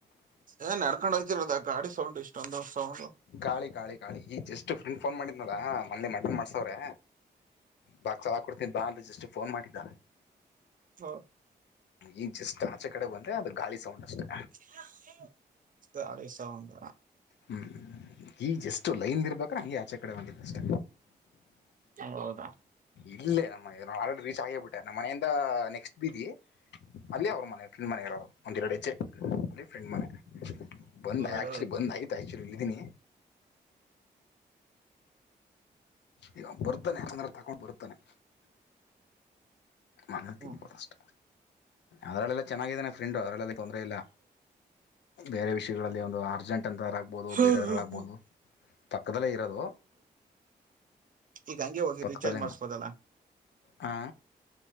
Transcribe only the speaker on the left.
ಗಾಳಿ ಗಾಳಿ ಗಾಳಿ ಈ ಜಸ್ಟ್ ಫ್ರೆಂಡ್ ಫೋನ್ ಮಾಡಿದ್ನಲಾ ಮನೆ ಮಟನ್ ಮಾಡ್ಸವ್ರೆ ಬಾಕ್ ಚಲ ಕೊಡ್ತೀನಿ ಬಾ ಅಂತ ಜಸ್ಟ್ ಫೋನ್ ಮಾಡಿದ್ದ
ಈ ಜಸ್ಟ್ ಆಚೆ ಕಡೆ ಬಂದ್ರೆ ಅದು ಗಾಳಿ ಸೌಂಡ್ ಅಷ್ಟೇ
ಹ್ಮ್ ಈಗ ಎಷ್ಟು ಲೈನ್ ಇರ್ಬೇಕ್ರೆ ಹಂಗೆ ಆಚೆ ಕಡೆ ಹಂಗಿದ್ದ ಅಷ್ಟ
ಇಲ್ಲೇ ನಮ್ಮ ನ ಆಲ್ರೆಡಿ ರೀಚ್ ಆಗೇಬಿಟ್ಟೆ ನಮ್ಮ ಮನೆಯಿಂದ ನೆಕ್ಸ್ಟ್ ಬೀದಿ ಅಲ್ಲಿೇ ಅವ್ರ ಮನೆ ಫ್ರೆಂಡ್ ಮನೆ ಇರೋ ಒಂದ ಎರಡುಜ್ಜೆ ಅಲ್ಲಿ ಫ್ರೆಂಡ್ ಮನೆ ಬಂದ
ಆಕ್ಚುಲಿ
ಬಂದ ಆಯತು ಆಚುಲಿ ಇದೀನಿ ಈಗ ಬರ್ತಾನೆ ತಗೊಂಡು ಬರ್ತಾನೆ ಮಣ್ಣು
ತಿನ್ಕೋದಷ್ಟು ಅದರಲ್ಲೆಲ್ಲ ಚೆನ್ನಾಗಾಗಿದೆಾನ ಫ್ರೆಂಡು ಅದರಲ್ಲೆಲ್ಲ ತೊಂದರೆ ಇಲ್ಲ ಬೇರೆ ವಿಷಯಗಳಲ್ಲಿ ಒಂದು ಅರ್ಜೆಂಟ್ ಟ್ಟನ್ ಥರ ಆಗ್ಬೋದು
ಬೇರೆದರಳಾಗ್ಬೋದು ಪಕ್ಕದಲ್ಲೇ ಇರೋದು
ಪಕ್ಕತಲ್ಲಮ್ಮ
ಹಾ